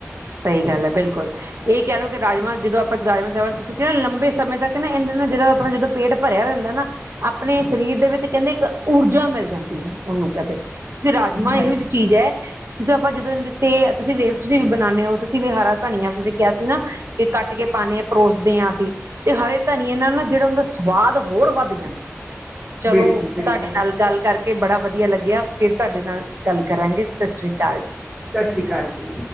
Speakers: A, on the right; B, on the right.
A: ਸਹੀ ਗੱਲ ਐ ਬਿਲਕੁਲ ਇਹੀ ਕਹਿ ਲਓ ਕਿ ਰਾਜਮਾਂਹ ਜਦੋਂ ਆਪਾਂ ਰਾਜਮਾਂਹ ਚਾਵਲ ਕਿਉਂਕਿ ਨਾ ਲੰਬੇ ਸਮੇਂ ਤੱਕ ਨਾ ਇਹਨਾਂ ਨਾਲ ਜਿਹੜਾ ਆਪਣਾ ਜਦੋਂ ਪੇਟ ਭਰਿਆ ਰਹਿੰਦਾ ਨਾ, ਆਪਣੇ ਸਰੀਰ ਦੇ ਵਿੱਚ ਕਹਿੰਦੇ ਇੱਕ ਊਰਜਾ ਮਿਲ ਜਾਂਦੀ ਐ। ਉਹਨੂੰ ਕਦੇ ਕਿ ਰਾਜਮਾਂਹ
B: ਹਾਂਜੀ
A: ਐਹੋ ਜਿਹੀ ਚੀਜ਼ ਐ। ਆਪਾਂ ਜਦੋਂ ਇਹ ਦਿਤੇ, ਤੇ ਤੁਸੀਂ ਵੇਖ ਕੇ ਤੁਸੀਂ ਵੀ ਬਣਾਉਂਦੇ ਹੋ ਤੁਸੀਂ ਵੀ ਹਾਰ ਧਨੀਆ ਤੁਸੀਂ ਕਿਹਾ ਸੀ ਨਾ ਇਹ ਕੱਟ ਕੇ ਪਾਂਦੇ ਹਾਂ, ਪਰੋਸਦੇ ਆਂ ਅਸੀਂ, ਤੇ ਹਰੇ ਧਨੀਏ ਨਾਲ ਨਾ ਜਿਹੜਾ ਉਂਹਦਾ ਸਵਾਦ ਹੋਰ ਵੱਧ ਜਾਂਦਾ, ਚਲੋ
B: ਬਿਲਕੁਲ ਬਿਲਕੁਲ
A: ਤਾਡੇ ਨਾਲ ਗੱਲ ਕਰਕੇ ਬੜਾ ਵਧੀਆ ਲੱਗਿਆ। ਫੇਰ ਤੁਹਾਡੇ ਨਾਲ ਗੱਲ ਕਰਾਂਗੇ। ਸਸ਼੍ਰੀ ਅਕਾਲ।
B: ਸਸ੍ਰੀ ਅਕਾਲ ਜੀ।